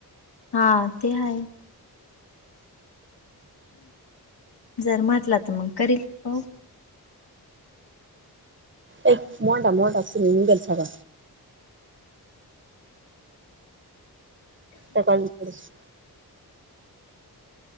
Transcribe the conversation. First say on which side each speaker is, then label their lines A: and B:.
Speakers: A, on the left; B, on the right.
A: हा ते आहे. जर म्हटला तर मग करील पाहू.
B: ऐ मोंडा मोंडा असं निगल सारा आता काही करस